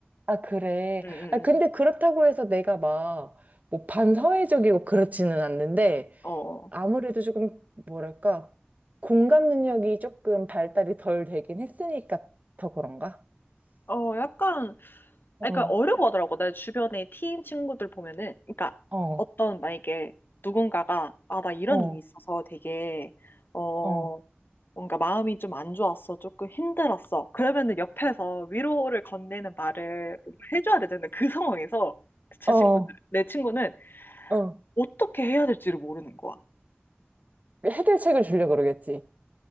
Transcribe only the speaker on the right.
아, 그래.
아, 근데 그렇다고 해서 내가 막, 뭐, 반사회적이고 그렇지는 않는데,
아무래도 조금, 뭐랄까, 공감 능력이 조금 발달이 덜 되긴 했으니까 더 그런가?
어,
어,
어,
어,
어,
어.
해결책을 주려고 그러겠지.